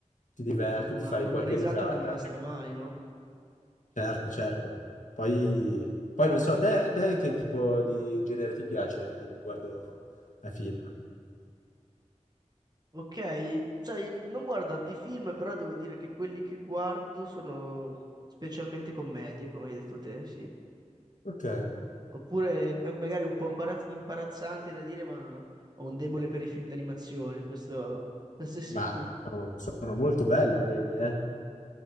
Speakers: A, on the left; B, on the right.
A: ti diverti,
B: Insomma,
A: ti fai qualche
B: una risata
A: risata.
B: non guasta mai, no?
A: Certo, certo. Poi, poi non so, a te, te che tipo di genere ti piace riguardo ai film?
B: Ok, sai, non guardo tanti film, però devo dire che quelli che guardo sono specialmente commedie, come hai detto te, sì.
A: Ok,
B: Oppure eh, magari un po' imbarazz- imbarazzante da dire, ma ho un debole per i film d'animazione, questo, questo è sicuro.
A: ma sono, sono molto belli quelli, eh?